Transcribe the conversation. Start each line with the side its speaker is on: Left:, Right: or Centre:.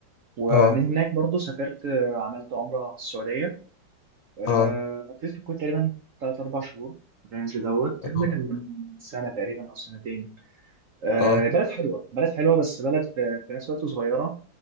Right: ومن
Left: اه
Right: هناك برضو سافرت آه، عملت عمره في السعوديه آه،
Left: اه
Right: قضيت في الكويت تقريبا ثلاث اربع شهور الرينج دوت الكلام
Left: اه
Right: ده كان من سنه تقريبا او سنتين آه،
Left: اه
Right: بلد حلوه بلد حلوه بس بلد في في نفس الوقت صغيره